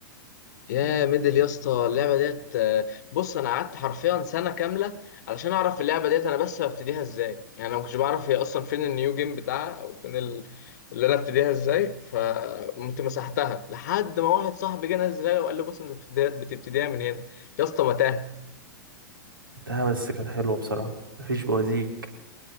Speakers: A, on the left (about 55°); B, on the right (about 80°).
A: يا ميدل يا اسطى اللعبه ديت آه، بص انا قعدت حرفيا سنه كامله علشان اعرف اللعبه ديت انا بس ببتديها ازاي يعني انا ما كنتش بعرف هي اصلا فين النيو جيم بتاعها او فين ال... اللي انا ابتديها ازاي فقمت مسحتها لحد ما واحد صاحبي جه نزلها لي وقال لي بص انت بتبتديها بتبتديها من هنا يا اسطى متاهه
B: لعبتها بس كانت حلوه بصراحه مفيش بوازيك